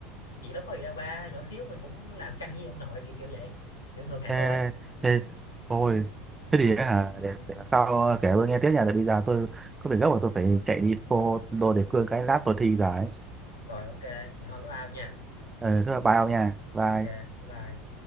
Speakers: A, on the left (about 80°); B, on the right (about 15°).
A: chuyện đó có gì đâu ba nhỏ xíu mà cũng làm căng với ông nội kiểu kiểu vậy kiểu ngược hẳn
B: Ê,
A: luôn ấy
B: ê, ôi, thế thì ấy hả, để, để lần sau kể tôi nghe tiếp nha, tại bây giờ tôi có việc gấp và tôi phải chạy đi phô đồ đề cương cái lát tôi thi rồi ấy.
A: rồi ok vậy thôi bye bye ông nha
B: Ừ, thế là bye ông nha, bye.
A: ok bye bye